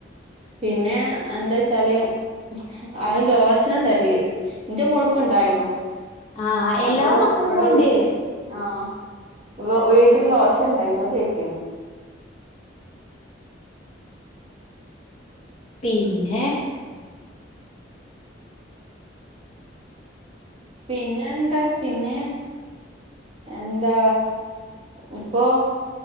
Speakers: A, on the right (about 35°); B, on the left (about 40°).
A: പിന്നെ എന്താ? ചെലയും ആ ലോഷന തരല്. എന്റെ മോൾക്കുണ്ടായിരുന്നു.
B: ആഹ് എല്ലാ
A: അപ്പൊ
B: മക്കക്കും
A: ഇവിടെ
B: ഉണ്ട്
A: വീട്ടില് ആഹ് വ് വീട്ടില് ലോഷൻ ഉണ്ടായിരുന്നു അത് തേച്ചിരുന്നു.
B: പിന്നെ?
A: പിന്നെന്താ? പിന്നെ എന്താ ഇപ്പോ